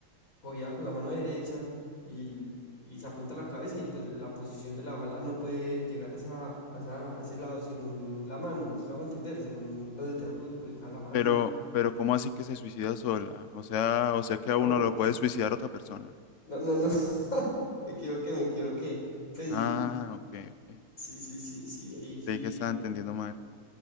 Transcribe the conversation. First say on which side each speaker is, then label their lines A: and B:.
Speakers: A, on the left (about 40°); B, on the left (about 85°).
A: cogida con la mano derecha y, y se apunta a la cabeza y pues la posición de la bala no puede llegar a, esa- a, esa- a ese lado según la mano, si me hago entender, según donde te hago ubicar la mano.
B: Pero,
A: el-
B: pero ¿cómo así que se suicida sola? O sea, o sea que a
A: Ah,
B: uno
A: bueno,
B: lo
A: es-
B: puede suicidar otra persona.
A: no, no, no, <laughs> me equivoqué, me equivoqué. Pues
B: Ah, ok, ok.
A: sí, sí, sí, sí, ahí sí.
B: Creí que estaba entendiendo mal.